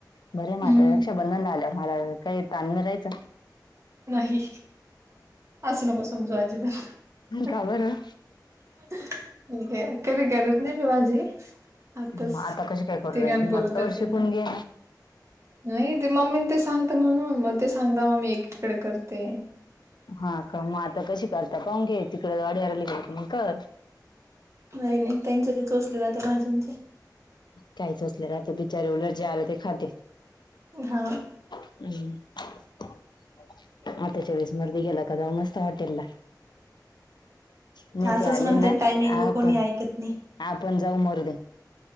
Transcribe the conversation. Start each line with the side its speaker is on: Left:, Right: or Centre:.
Left: बरे मात्र
Right: हम्म.
Left: रक्षाबंधन झालं मला काही ताण मिळाहायचं
Right: नाही असं नको समजू अजिबात
Left: का बरं
Right: ठीक आहे कध करत नाही भी भाजी आताच
Left: मग आता कशी काय करू
Right: तिघाण
Left: राहिली मग
Right: पुरतच
Left: आता तवर शिकून
Right: आहे ना
Left: घे
Right: नाही ते मम्मी ते सांगते म्हणून मग ते सांगता मग ममी एकटीकडे करते
Left: हा का मग आता कशी करता का घे तिकडे गाडीवरली गे मग कर
Right: नाही नाही त्यांचे ते चोसले जाते भाज्यांचे
Left: काहीच असले राते बिचारे उलट जे आलं ते खाते
Right: हा
Left: <inaudible> हम् आताच्या वेळेस मर्ध गेला का जाऊ मस्त हॉटेल ला नाही
Right: असंच
Left: ते आले
Right: म्हणते
Left: ना,
Right: टायमिंग
Left: आपण
Right: व कोणी ऐकत नाही
Left: आपण जाऊ मारुदे,